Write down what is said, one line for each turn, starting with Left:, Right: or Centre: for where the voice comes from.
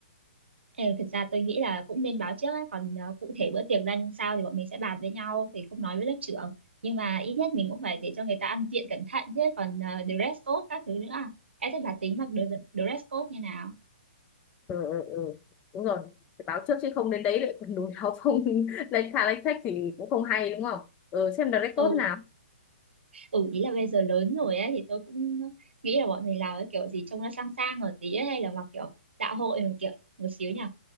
Right: Ờ, thực ra tôi nghĩ là cũng nên báo trước á, còn ờ, cụ thể bữa tiệc ra làm sao thì bọn mình sẽ bàn với nhau thì không nói với lớp trưởng. Nhưng mà ít nhất mình cũng phải để cho người ta ăn diện cẩn thận chứ còn ờ, dress code các thứ nữa. à. Em thích bà tính mặc dre- dress code như nào?
Left: ừ, ừ, ừ. đúng rồi phải báo trước chứ không đến đấy lại còn đùi áo không <laughs> lấy thà lấy thách thì cũng không hay đúng không ừ, xem được record
Right: ừ
Left: thế nào
Right: ừ ý là bây giờ lớn rồi ấy thì tôi cũng nghĩ là bọn mình làm cái kiểu gì trông nó sang sang ở tí ấy, hay là mặc kiểu dạ hội một kiểu một xíu nhỉ